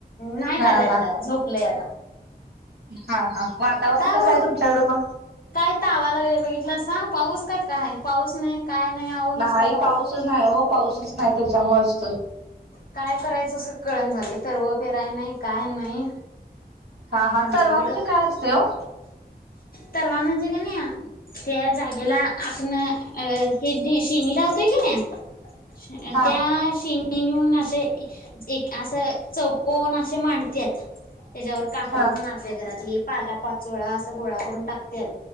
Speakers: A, on the left; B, on the right.
A: नाही
B: हा
A: पाजल
B: हा
A: त्या झोपलंय आता
B: हा हा वातावरण
A: काय
B: कस
A: ऊन
B: आहे तुमच्याकड मग?
A: काय तावा लागलय बघितलंसां पाऊस काय काय पाऊस नाही. काय नाही अहो नुसता
B: नाही
A: पाऊस
B: पाऊसच नाही हो पाऊसच नाही त्याच्यामुळच
A: काय करायचं अस कळना झालय तरव पेराय नाही. काय नाही.
B: हा हा
A: आमच्या
B: तरवा
A: इकडं
B: म्हणजे काय असतय हो?
A: तरवा म्हणजे कनी त्या जागेला आपण हे शेनी रावतोय कनी
B: हा
A: त्या शेणी नि म्हणून असे एक अस चौकोन असे मांडत्यात त्याच्यावर <unintelligible>
B: हा
A: पाला पाचोळा असा गोळा करून टाकत्यात.